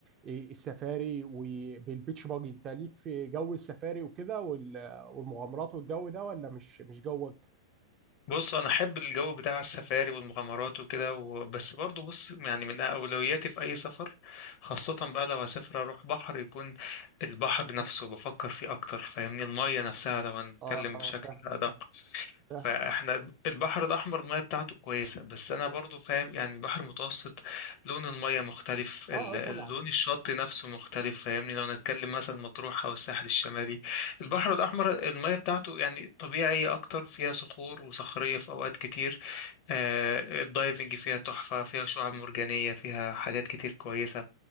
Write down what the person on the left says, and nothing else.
بص انا احب الجو بتاع السفاري والمغامرات وكده و- بس برضو بص يعني من اولوياتي في اي سفر خاصة بقى لو هسافر اروح بحر يكون البحر نفسه بفكر فيه اكتر فاهمني المية نفسها لو هنتكلم
بشكل
ادق
فاحنا
البحر الاحمر الميه بتاعته كويسه بس انا برضو فاهم يعني البحر المتوسط لون الميه مختلف ال-
اللون
الشط نفسه مختلف فاهمني لو نتكلم مثلا مطروح او الساحل الشمالي البحر الاحمر الميه بتاعته يعني طبيعيه اكتر فيها صخور وصخريه في اوقات كتير آه، الدايفنج فيها تحفة فيها شعاب مرجانية فيها حاجات كتير كويسة